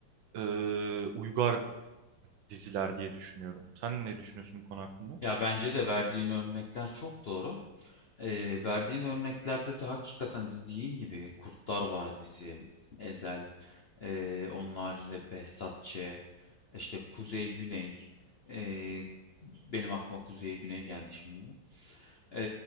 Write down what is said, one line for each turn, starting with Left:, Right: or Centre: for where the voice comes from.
Right: e, uygar diziler diye düşünüyorum. Sen ne düşünüyorsun bu konu hakkında?
Left: Ya bence de verdiğin örnekler çok doğru. Ee, verdiğin örneklerde de hakikaten dediğin gibi Kurtlar Vadisi, Ezel, ee, onun haricinde Behzat Ç, işte Kuzey Güney. Ee, benim aklıma Kuzey Güney geldi şimdi. Ee,